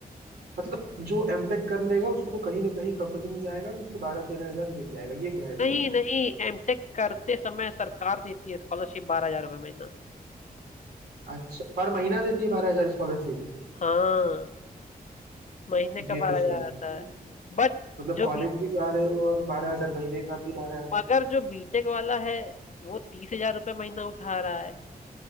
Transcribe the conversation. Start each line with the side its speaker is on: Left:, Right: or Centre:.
Right: मतलब जो एमटेक कर लेगा उसको कहीं ना कहीं कंपनी में जाएगा तो उसको बारह तेरह हजार मिल जाएगा ये कह रहे हो
Left: नहीं
Right: ना
Left: नहीं एमटेक करते समय सरकार देती है स्कॉलरशिप बारह हजार रुपये महीना
Right: अच्छा पर महीना देती है बारह हजार स्कॉलरशिप
Left: हाँ महीने का
Right: ये
Left: बारह
Right: तो सही
Left: हजार आता
Right: है
Left: है बट
Right: मतलब
Left: जो
Right: कॉलेज
Left: बी
Right: भी जा रहे हो और बारह हजार महीने का भी आ रहा है
Left: मगर जो बीटेक वाला है वो तीस हजार रुपये महीना उठा रहा है